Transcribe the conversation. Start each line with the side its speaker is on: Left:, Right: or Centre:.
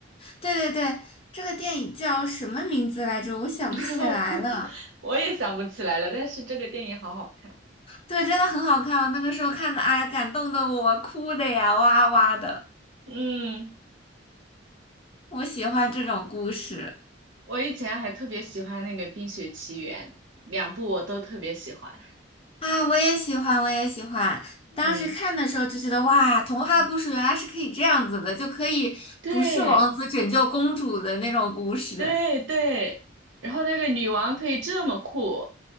Left: 对对对，这个电影叫什么名字来着？我想不起来了。
Right: <laughs> 我也想不起来了，但是这个电影好好看。
Left: 对，真的很好看，我那个时候看的，哎呀，感动的我哭的呀，哇哇的。
Right: 嗯，
Left: 我喜欢这种故事。
Right: 我以前还特别喜欢那个《冰雪奇缘》，两部我都特别喜欢。
Left: 啊，我也喜欢，我也喜欢。当时看的时候就觉得，
Right: 嗯，
Left: 哇，童话故事原来是可以这样子的，
Right: 嗯
Left: 就可以不是王子拯救公主的那种故事。
Right: 对。对对，然后那个女王可以这么酷，